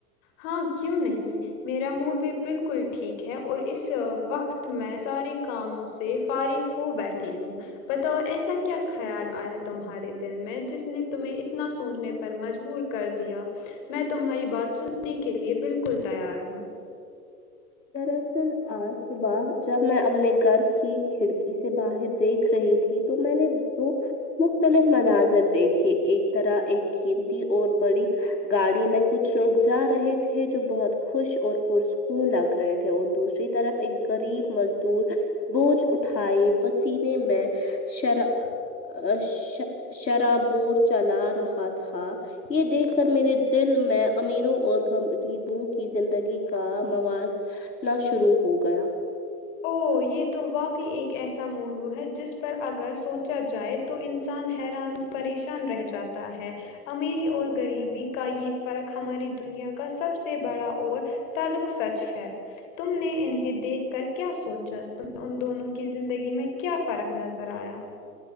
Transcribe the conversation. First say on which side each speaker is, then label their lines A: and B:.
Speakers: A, on the left (about 50°); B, on the left (about 90°).
A: ہاں کیوں نہیں میرا موڈ بھی بالکل ٹھیک ہے اور اس وقت میں سارے کاموں سے فارغ ہو بیٹھی ہوں بتاؤ ایسا کیا خیال آیا تمہارے دل میں جس نے تمیں اتنا سوچنے پر مجبور کر دیا میں تمہاری بات سننے کے لیے بالکل تیار ہوں
B: دراصل آج صبح جب میں اپنے گھر کی کھڑکی سے باہر دیکھ رہی تھی تو میں نے دو مختلف مناظر دیکھے ایک طرح ایک قیمتی اور بڑی گاڑی میں کچھ لوگ جا رہے تھے جو بہت خوش اور پرسکون لگ رہے تھے اور دوسری طرف ایک غریب مزدور بوجھ اٹھائے پسینے میں شرا شرا شرابور چلا رہا تھا یہ دیکھ کر میرے دل میں امیروں اور غریبوں کی زندگی کا مواز نا شروع ہو گیا
A: او یہ تو واقعی ایک ایسا موضوع ہے جس پر اگر سو چا جائے تو انسان حیران پریشان رہ جاتا ہے امیری اور غریبی کا یہ فرق ہماری دنیا کا سب سے بڑا اور تعلق سچ ہے تم نے انہیں دیکھ کر کیا سوچا تم ان دونوں کی زندگی میں کیا فرق نظر آیا